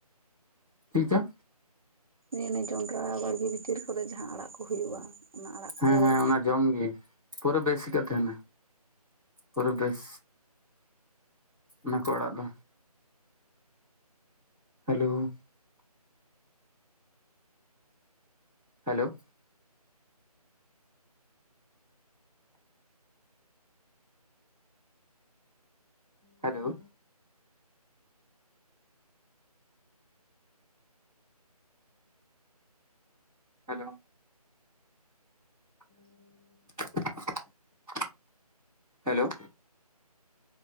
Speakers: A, in the centre; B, on the right.
A: ᱪᱤᱜ ᱪᱚ?
B: ᱮᱻᱱᱮ ᱡᱚᱱᱰᱨᱟ ᱵᱟᱲᱜᱮ ᱵᱷᱤᱛᱤᱨ ᱠᱚᱨᱮ ᱡᱟᱦᱟᱸ ᱟᱲᱟᱜ ᱠᱚ ᱦᱩᱭᱩᱜᱼᱟ᱾ ᱚᱱᱟ ᱟᱲᱟᱜ
A: ᱦᱮᱸ
B: ᱠᱚ
A: ᱦᱮᱸ
B: ᱛᱤᱱᱟᱹᱜ
A: ᱚᱱᱟ ᱡᱚᱢ ᱜᱤ, ᱯᱩᱨᱟᱹ ᱵᱮᱥᱤᱠᱟ ᱛᱟᱦᱮᱱᱟ ᱯᱩᱨᱟᱹ ᱵᱮᱥ᱾ ᱚᱱᱟ ᱠᱚ ᱟᱲᱟᱜ ᱫᱚ, hello? Hello hello hello <inaudible> hello